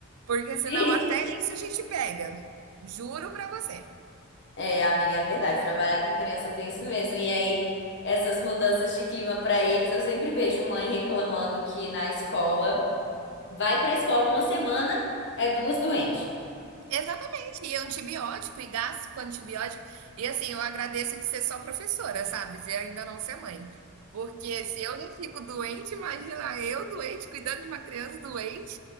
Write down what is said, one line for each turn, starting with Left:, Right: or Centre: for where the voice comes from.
Right: Porque senão
Left: Gente.
Right: até isso a gente pega. Juro pra você.
Left: É, amiga, é verdade. Trabalhar com criança tem isso mesmo. E aí, essas mudanças de clima para eles, eu sempre vejo mãe reclamando que na escola vai para a escola uma semana, é duas doentes.
Right: Exatamente, e antibiótico, e gasto com antibiótico. E assim, eu agradeço de ser só professora, sabe? De ainda não ser mãe. Porque se eu não fico doente, imagina eu doente, cuidando de uma criança doente,